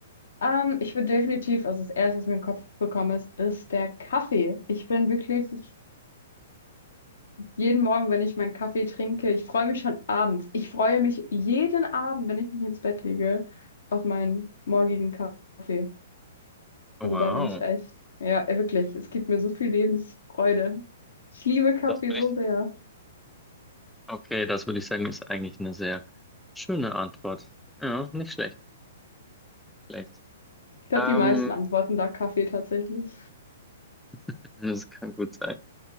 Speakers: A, on the left (about 60°); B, in the centre.
A: Ähm, ich würde definitiv, also das Erste, was mir in den Kopf gekommen ist, ist der Kaffee. Ich bin wirklich, ich, jeden Morgen, wenn ich meinen Kaffee trinke, ich freue mich schon abends. Ich freue mich jeden Abend, wenn ich mich ins Bett lege, auf meinen morgigen Kaffee.
B: Wow,
A: Also da bin ich echt, ja, wirklich, es gibt mir so viel Lebensfreude. Ich liebe Kaffee
B: das würde
A: so
B: ich,
A: sehr.
B: okay, das würde ich sagen, ist eigentlich eine sehr schöne Antwort. Ja, nicht schlecht, vielleicht.
A: Ich glaube,
B: Ähm,
A: die meisten antworten da Kaffee tatsächlich.
B: <laughs> das kann gut sein.